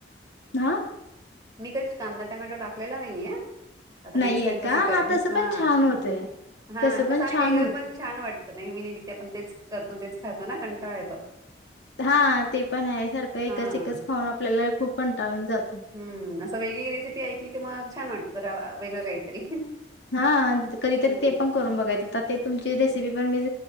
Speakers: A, on the left (about 80°); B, on the right (about 20°).
A: हा
B: मी कधीच कांदा टमॅटो टाकलेला नाहीये. आता नेक्स्ट
A: नाहीये
B: टाइम तस
A: का
B: करेन
A: तसं
B: हा
A: पण छान होतय
B: हा
A: तसं
B: कसं
A: पण
B: आणि
A: छान
B: वेगळं
A: होत
B: पण छान वाटतं नेहमी नेहमी आपण तेच करतो तेच खातो ना कंटाळा येतो.
A: हा ते पण आहे सारखं एकच
B: हां.
A: एकच खाऊन आपल्याला खूप कंटाळून जातोय.
B: हम्म असं वेगळी रेसिपी ऐकली की मग छान वाटत जरा वेगळं काहीतरी.
A: हा कधीतरी
B: हम्म
A: ते पण करून बघाच ते तुमची रेसिपी पण मी